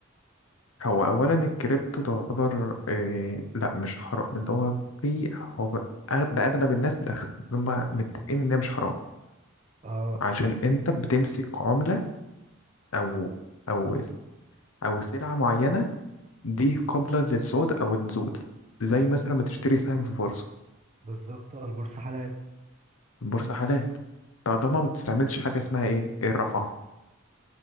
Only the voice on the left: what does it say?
هو اولا الكريبتو تعتبر إيه لا مش حرام من هو في هو ب- أغ- ده اغلب الناس ده هم متفقين ان هي مش حرام
عشان انت بتمسك عملة او او او سلعة معينة دي قابلة للصعود او النزول زي مثلا ما تشتري سهم في بورصة
البورصة حلال طالما ما بتستعملش حاجة اسمها ايه الرفعة